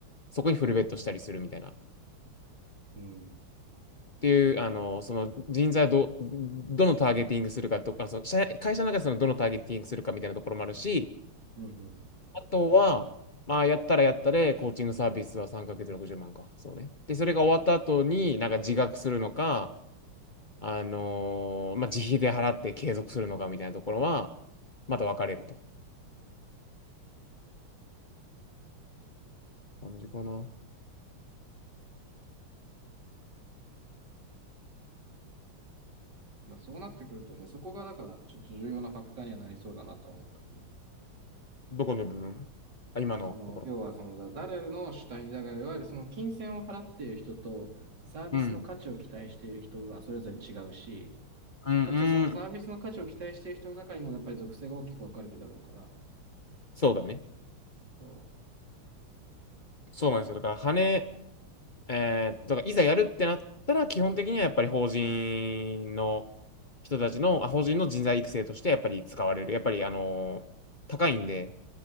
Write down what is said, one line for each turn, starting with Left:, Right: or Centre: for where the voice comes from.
Left: そこにフルベットしたりするみたいな。っ
Right: うん。
Left: ていう、あのーその人材をど、どのターゲティングするかとか、そう社会社の中でそのどのターゲティングするかみたいなところもあるし、
Right: うんうん。
Left: あとは、まあ、やったらやったで、コーチングサービスは3ヶ月60万か。そうね。で、それが終わった後に、なんか自学するのか、あのーまあ、自費で払って継続するのかみたいなところは、また分かれると。感じかな。
Right: だそうなってくるとね、そこがだからちょっと重要なファクターにはなりそうだなとは思ったけど、
Left: どこの部分あ、今のところ。
Right: その、要はその、だ誰の主体に、だからいわゆるその金銭を払っている人とサービスの価値を期待している人がそれぞれ違うし、
Left: うん。うん、うん。
Right: かつそのサービスの価値を期待している人の中にもやっぱり属性が大きく分かれるだろうから、
Left: そうだね。
Right: そ
Left: そうなんですよ。だから、羽、えー、だからいざやるってなったら、基本的にはやっぱり法人の人たちの、あ、法人の人材育成としてやっぱり使われる。やっぱり、あのー高いんで、